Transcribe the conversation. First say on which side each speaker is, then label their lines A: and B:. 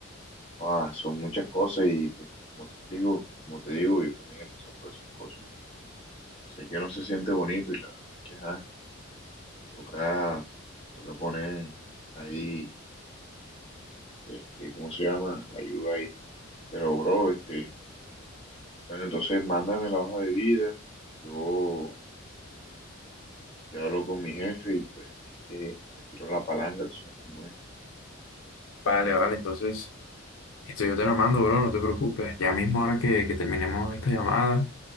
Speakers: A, on the left; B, on the left.
A: Ah, son muchas cosas y pues como te explico, como te digo, yo también he pasado por esas cosas y sé que no se siente bonito y la verdad es que ajá, toca, toca poner ahí, este, ¿cómo se llama? La ayuda ahí. Pero bro, este, bueno, entonces mándame la hoja de vida, yo ya hablo con mi jefe y pues ahí te, te tiro la palanca, tú sabes cómo es.
B: Vale, vale, entonces esto yo te lo mando, bro, no te preocupes. Ya mismo ahora que, que terminemos esta llamada,